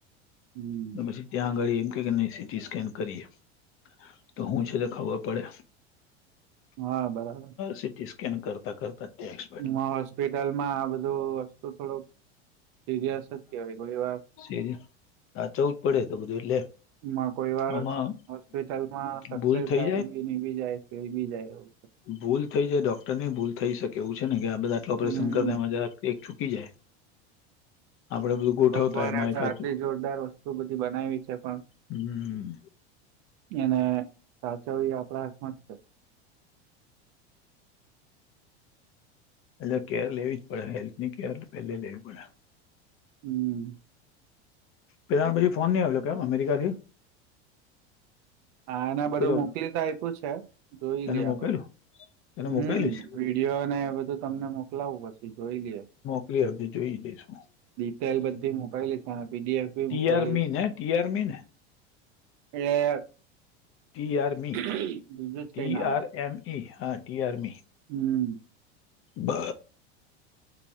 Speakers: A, on the right; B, on the left.
A: હમ
B: હ પછી. ત્યાં આગળ એમ કે કે નહી સીટી સ્કેન કરીએ તો હું છે તો ખબર પડે.
A: હા બરાબર
B: સીટી સ્કેન કરતા કરતા ટે.
A: હોસ્પિટલમાં આ બધું વસ્તુ થોડોક સિરિયસ જ કેહેવાય કોઈ વાર.
B: ે હા ચવ જ પડે તો બધું એટલે.
A: માં કોઈ વાર
B: આમાં
A: હોસ્પિટલમાં સક્સેસ
B: ભૂલ થઈ
A: જાય બી બી જાય. કે બી જાય એવ.
B: ભૂલ થઈ જાય ડોક્ટર ની ભૂલ થઈ શકે એવું છે ને કે આ બધા આટલા ઓપરેશન
A: હમ
B: કરમાં જ. એક ચૂકી જાય. આપડે બધું ગોઠવતા
A: ભગવાને
B: એમાં
A: તો
B: એકાદ
A: આટલી જોરદાર વસ્તુ બધી બનાવી છે પણ.
B: હમ
A: એને સાચવવી આપણા હાથમાં જ છે.
B: એટલે કેર લેવી જ પડે હેલ્થ ની કેર તો પેલે લેવી પડે.
A: હમ.
B: પેલા પછી ફોન નહં આવ્યો કેમ અમેરિકાથી.
A: હા એને બધું
B: પેલો
A: મોકલીતા આપ્યું છે જોઈ
B: તને
A: લઈએ
B: મોકલું
A: આપડે.
B: તને
A: હમ
B: મોકલીશ
A: વિડીિયો અને એ બધું તમને મોકલાવું પછી જોઈ લએ.
B: એ તો જોઈ લઈેશું.
A: ડીટેલ બધી મોકાયલી છેને પીડીએફ. બી
B: ટીઆર
A: મોકલી
B: મીન હ ટીઆર મીન
A: એ.
B: ટીઆર મી
A: બીજું જ
B: ટીઆર
A: કઈ નામ છે
B: એમ ઇ હા ટીઆર મી.
A: હમ.
B: બ.